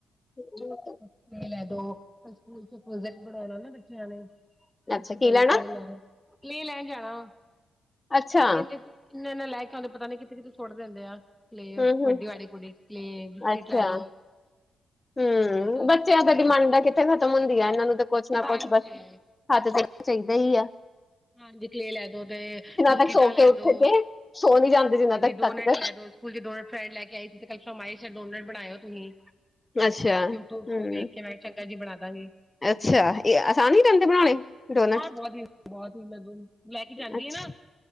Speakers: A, on the left; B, in the centre.
A: ਹੋਰ ਤੁਸੀਂ ਦੱਸੋ।
B: ਮੰਮਾ ਲੈ ਦੋ, ਸਕੂਲ ਚ ਪ੍ਰੋਜੈਕਟ ਬਣਾਉਣਾ ਨਾ ਬੱਚਿਆਂ ਨੇ ਪਿੱਛੇ
A: ਅੱਛਾ
B: ਪਤਾ ਨੀ
A: ਲੈਣਾ
B: ਕੀ ਲੈਣ, ਨੀ ਲੈਣ ਜਾਣਾ,
A: ਅੱਛਾ
B: ਤੂੰ ਕਹਿੰਦੇ ਸੀ। ਇੰਨਾ- ਇੰਨਾ ਲੈ ਕੇ ਆਉਂਦੇ ਪਤਾ ਨਹੀਂ ਕਿੱਥੇ- ਕਿੱਥੇ ਸੁੱਟ ਦਿੰਦੇ ਐ ਕਲੇ।
A: ਹੂੰ ਹੂੰ
B: ਵੱਡੀ ਵਾਲੀ ਕੁੜੀ ਸੀ ਬਿਸਕਿਟ
A: ਅੱਛਾ
B: ਲੈ ਦੋ। ਹਮ
A: ਹੂੰ
B: ਪਤਾ
A: ਬੱਚਿਆਂ
B: ਨੀ ਕਿਹੜੇ ਕਿਹੜੇ
A: ਦਾ ਡਿਮਾਂਡਾਂ
B: ਬਿਸ
A: ਕਿੱਥੇ ਖਤਮ ਹੁੰਦੀ ਹੈ ਇਹਨਾਂ ਨੂੰ ਤੇ ਕੁਛ ਨਾ
B: ਹਾਂਜੀ
A: ਕੁਛ ਬਸ ਹਾਂ ਤੇ ਫੇਰ ਚਾਹੀਦਾ ਈ ਐ।
B: ਹਾਂਜੀ ਕਲੇ ਲੈ ਦੋ ਗੇਤੇ ਬਿਸਕਿਟਾਂ
A: ਤੱਕ ਸੋ
B: ਲੈ
A: ਕੇ ਉੱਠ
B: ਦੋ,
A: ਕੇ ਸੋ ਨਹੀਂ ਜਾਂਦੇ ਜਿੰਨਾ
B: ਹਾਜੀ
A: ਤੱਕ
B: ਦੋਨਟ
A: ਤਦ ਤੱਕ
B: ਲੈ ਦੋ। ਸਕੂਲ ਡੋਨਟ ਫੈਡ ਲੈ ਕੇ ਆਈ ਸੀ ਤੇ ਕੱਲ ਫਰਮਾਈਸ ਡੋਨਟ ਬਣਾਇਓ ਤੁਸੀਂ।
A: ਅੱਛਾ
B: ਯੂਟਊਬ
A: ਹਮ
B: ਚ ਵੇਖ ਕੇ ਮੈਂ ਚੰਗਾ ਜੀ ਬਣਾ ਦਾਂਗੀ।
A: ਅੱਛਾ ਇਹ ਅਸਾਨ ਰਹਿੰਦੇ ਬਣਾਉਣੇ ਡੋਨਟਸ?
B: ਹਾਂ ਬਹੁਤ <unintelligible> ਲੈ ਕੇ ਜਾਂਦੀ
A: ਅੱਛਾ
B: ਆ ਨਾ